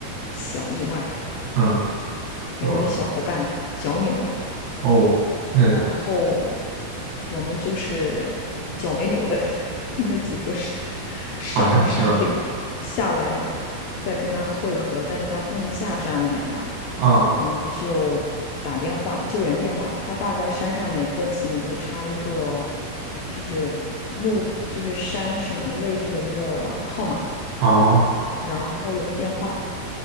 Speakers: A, on the left (about 80°); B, on the right (about 80°).
A: 小意外，
B: 嗯。怎么？
A: 因为我的小伙伴脚扭了，
B: 哦，那
A: 然后我们就是脚没扭的 <laughs> 那几个是上了山顶，
B: 爬上去了
A: 下来再跟他会合，但是他不能下山了呀。
B: 啊，
A: 我们就打电话，救援电话。他大概山上每过几米会插一个，就是路，就是山是哪个位置的一个号码，
B: 哦，
A: 然后有个电话，